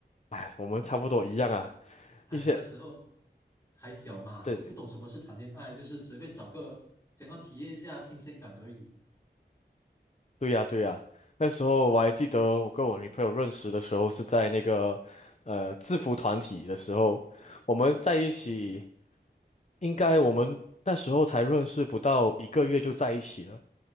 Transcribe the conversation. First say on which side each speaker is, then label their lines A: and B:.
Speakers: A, on the left; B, on the left.
A: 哎，我们差不多一样啊，
B: 哎，
A: 一些。
B: 那时候还小嘛，
A: 对对
B: 都不懂什么是谈恋爱，就是随便找个想要体验一下新鲜感而已
A: 对呀，对呀，那时候我还记得我跟我女朋友认识的时候是在那个呃制服团体的时候，我们在一起，应该我们那时候才认识不到一个月就在一起了。